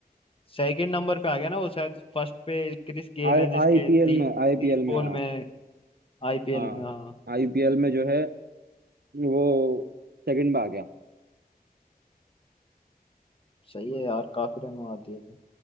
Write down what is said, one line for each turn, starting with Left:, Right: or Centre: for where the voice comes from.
Left: सेकंड नंबर पे आ गया ना वो शायद फर्स्ट पे क्रिस गेल
Right: आई
Left: है जिसके
Right: आईपीएल
Left: तीस
Right: में आईपीएल
Left: तीस बॉल
Right: में हाँ
Left: में आईपीएल
Right: हाँ
Left: में हाँ
Right: आईपीएल में जो है वो सेकंड में आ गया
Left: सही है यार काफी रन मार दिए थे